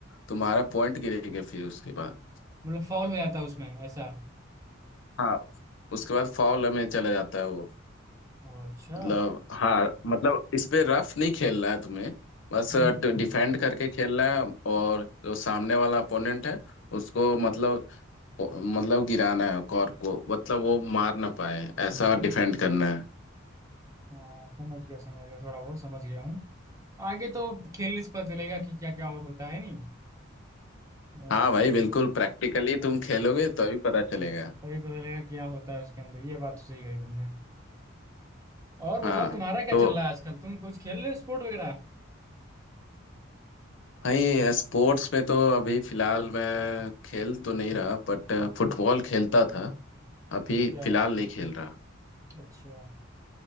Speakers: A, on the left (about 65°); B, on the right (about 15°).
A: तुम्हारा पॉइंट गिरेगा फिर उसके बाद
B: मतलब फॉल हो जाता है उसमें ऐसा
A: हाँ उसके बाद फाउल में चला जाता है वो
B: अच्छा
A: मतलब हाँ मतलब इस पे रफ नहीं खेलना है तुम्हें बस
B: हम्म
A: डिफेंड करके खेलना है और जो सामने वाला अपोनेंट है उसको मतलब मतलब गिराना है कॉर्क को मतलब वो मार ना पाए ऐसा डिफेंड करना है
B: हाँ समझ गया समझ गया थोड़ा बहुत समझ गया हूँ आगे तो खेलने से पता चलेगा कि क्या क्या और होता है नहीं अ,
A: हाँ भाई बिल्कुल प्रैक्टिकली
B: अ,
A: तुम खेलोगे तो अभी पता चलेगा
B: तभी पता चलेगा क्या होता है उसके अंदर ये बात तो सही कही तुमने और बताओ
A: हाँ
B: तुम्हारा क्या
A: तो
B: चल रहा है आजकल तुम कुछ खेल रहे हो स्पोर्ट वगैरह
A: भाई स्पोर्ट्स में तो अभी फिलहाल मैं खेल तो नहीं रहा बट फुटबॉल खेलता था अभी
B: अच्छा
A: फिलहाल नहीं खेल रहा
B: अच्छा